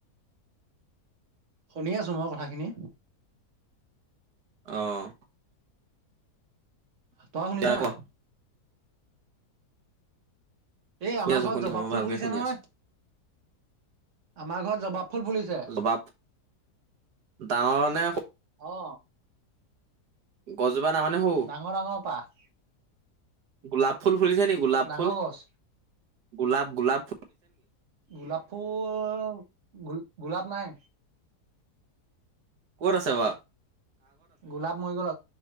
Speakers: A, on the right; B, on the right.
A: শুনি আছো মই কথাখিনি
B: আহ
A: তই শুনিছ
B: এতিয়া
A: নাই?
B: ক?
A: এই
B: শুনি
A: আমাৰ
B: আছো,
A: ঘৰত
B: শুনি
A: জবাব
B: আছো, মই
A: ফুল
B: ভালকে
A: ফুলিছে
B: শুনি
A: নহয়
B: আছো।
A: আমাৰ ঘৰত জবাব ফুল ফুলিছে।
B: জবাব ডাঙৰ নে?
A: অ।
B: গছজোপা ডাঙৰ নে সৰু?
A: ডাঙৰ ডাঙৰ পাহ
B: গোলাপ ফুল ফুলিছে নেকি গোলাপ
A: ডাঙৰ
B: ফুল
A: গছ।
B: গোলাপ
A: গোলাপ ফুল গোলাপ নাই
B: কত আছে বাও
A: গোলাপ মৰি গ'ল